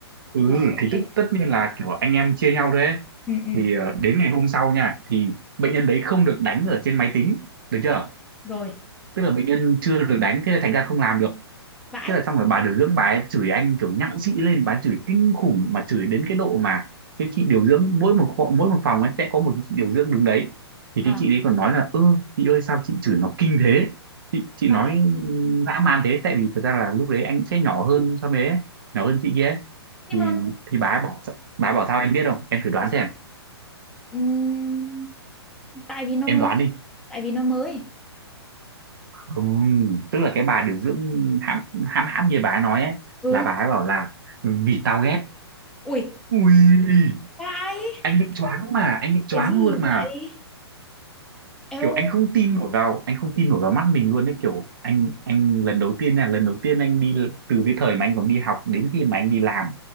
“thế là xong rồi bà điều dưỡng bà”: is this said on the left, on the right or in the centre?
Right